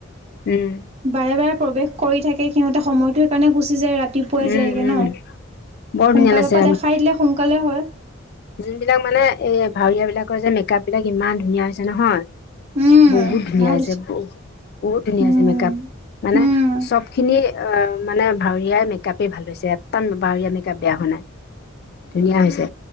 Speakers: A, on the left; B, on the right.
A: উম,
B: বাৰে বাৰে প্ৰৱেশ কৰি থাকে সিহঁতে সময়টো সেইকাৰণে গুচ যে ৰাতিপুৱাই
A: উম,
B: যায়গে
A: উম।
B: ন
A: বৰ ধুনীয়া
B: সোনকালৰ
A: লাগিছে
B: পৰা দেখাই দিলে সোনকালে হয়
A: যোনবিলাক মানে এই ভাৱীয় বিলাকৰ যে মেকআপ বিলাক ইমান ধুনীয়া হৈছে নহয়
B: উম,
A: বহুত ধুনীয়া
B: ভাল
A: হৈছে ব বহুত ধুনীয়া
B: উম।
A: হৈছে মেকআপ মানে
B: উম,
A: চব খিনি অ মানে ভাৱৰীয়াই মেকআপেই ভাল হৈছে এটা ভাৱৰীয়া মেকআপ বেয়া হোৱা নাই ধুনীয়া হৈছে